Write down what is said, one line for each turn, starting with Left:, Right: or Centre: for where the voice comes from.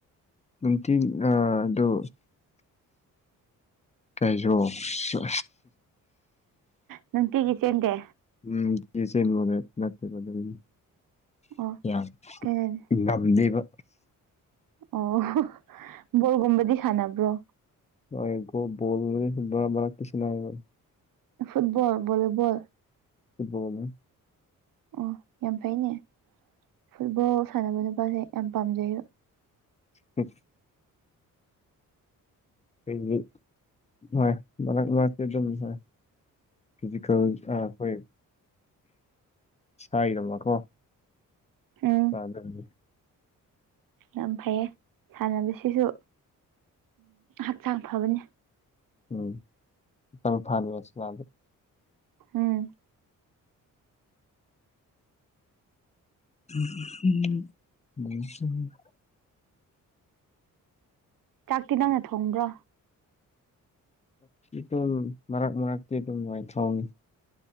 Left: ꯅꯨꯡꯇꯤ ꯑ ꯑꯗꯣ ꯀꯥꯏꯖꯣ ꯁꯤꯁ
Right: ꯅꯨꯡꯇꯤꯒꯤ ꯆꯦꯟꯗꯦ
Left: ꯎꯝ <unintelligible>
Right: ꯑꯣ ꯀꯩꯅꯣ
Left: ꯉꯝꯗꯦꯕ
Right: ꯑꯣ ꯕꯣꯜꯒꯨꯝꯕꯗꯤ ꯁꯥꯟꯅꯕ꯭ꯔꯣ
Left: ꯑꯩꯗꯣ ꯕꯣꯜ ꯒꯨꯝꯕꯗꯤ ꯃꯔꯛ ꯃꯔꯛꯇ ꯁꯥꯟꯅꯩꯕ
Right: ꯐꯨꯠꯕꯣꯜ ꯕꯣꯜꯂꯤ ꯕꯣꯜ
Left: ꯐꯨꯠꯕꯣꯜ
Right: ꯑꯣ ꯌꯥꯝ ꯐꯩꯅꯦ ꯐꯨꯠꯕꯣꯜ ꯁꯥꯟꯅꯕ ꯅꯨꯄꯥꯁꯦ ꯌꯥꯝ ꯄꯥꯝꯖꯩꯕ
Left: ꯑꯣ <inaudible> ꯍꯣꯏ ꯃꯔꯛ ꯃꯔꯛꯇ ꯑꯗꯨꯝ ꯍꯣꯏ ꯐꯤꯖꯤꯀꯦꯜ ꯑꯩꯈꯣꯏ ꯏꯁꯥꯒꯤꯀꯣ
Right: ꯎꯝ
Left: ꯑ ꯑꯗꯨꯗꯤ
Right: ꯌꯥꯝ ꯐꯩꯌꯦ ꯁꯥꯟꯅꯕꯁꯤꯁꯨ ꯍꯛꯆꯥꯡ ꯐꯕꯅꯦ
Left: ꯎꯝ <unintelligible>
Right: ꯎꯝ
Left: <unintelligible>
Right: ꯆꯥꯛꯇꯤ ꯅꯪꯅ ꯊꯣꯡꯕ꯭ꯔꯣ
Left: ꯑꯗꯨꯝ ꯃꯔꯛ ꯃꯔꯛꯇꯤ ꯑꯗꯨꯝ ꯑꯩꯅ ꯑꯗꯨꯝ ꯊꯣꯡꯢ